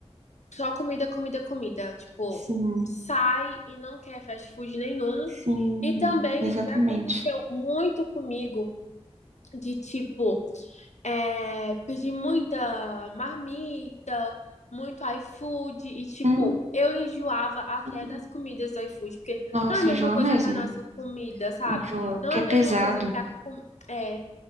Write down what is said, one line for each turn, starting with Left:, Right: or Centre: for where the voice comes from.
Left: só comida, comida, comida. Tipo,
Right: Sim,
Left: sai e não quer fast food nenhum.
Right: sim,
Left: E também
Right: exatamente.
Left: já aconteceu muito comigo de tipo é, pedir muita marmita, muito iFood, e tipo,
Right: Hum,
Left: eu enjoava até
Right: sim.
Left: das comidas do iFood, porque
Right: Nossa,
Left: não é a mesma
Right: enjoa
Left: coisa
Right: mesmo.
Left: que a nossa comida, sabe?
Right: Enjoa, porque
Left: Não é
Right: é
Left: a
Right: pesado.
Left: mesma coisa que a, com- é,